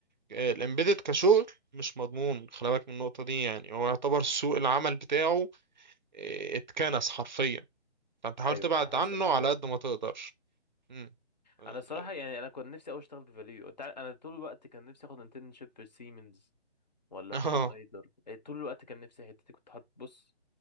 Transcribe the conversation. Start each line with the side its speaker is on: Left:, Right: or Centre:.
Right: الامبيدد كشغل مش مضمون خلي بالك من النقطة دي يعني هو يعتبر سوق العمل بتاعه آه، اتكنس حرفيا فانت حاول
Left: ايوه
Right: تبعد
Left: انا حاسس
Right: عنه
Left: الموضوع
Right: على قد
Left: ده
Right: ما تقدر مم. <laughs> اه
Left: انا الصراحه يعني انا كنت نفسي اوي اشتغل في فاليو انت عارف انا طول الوقت كان نفسي اخد انترنشيب في سيمنز ولا
Right: آه.
Left: في شنايدر إيه، طول الوقت كان نفسي حتتي كنت حاطط بص